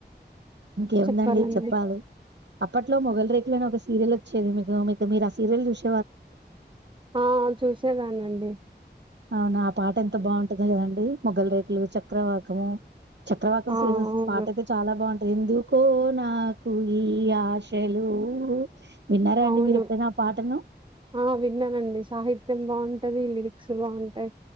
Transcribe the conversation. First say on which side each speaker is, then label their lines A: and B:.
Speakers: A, on the right; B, on the right.
A: ఇంకేముందండి
B: చెప్పాలండి
A: చెప్పాలి అప్పట్లో మొగలు రేకులు ఆనే ఒక సీరియల్ వచ్చేది మీకు మీ మీర్ ఆ సీరియల్ చూసి
B: ఆ చూసేదాన్ని అండి
A: అవునా ఆ పాట ఎంత బాగుంటది కదండి మొగల రేకులు చక్రవాకము చక్రవాకం
B: ఆ అవును
A: పాట అయితే చాలా బాగుంటది హిందూ కో నాకు ఈ ఆశలు విన్నారా అండి
B: అవును
A: మీరు ఎప్పుడైనా పాటను
B: ఆ విన్నానండి సాహిత్యం బాగుంటది లిరిక్స్ బాగుంటాయి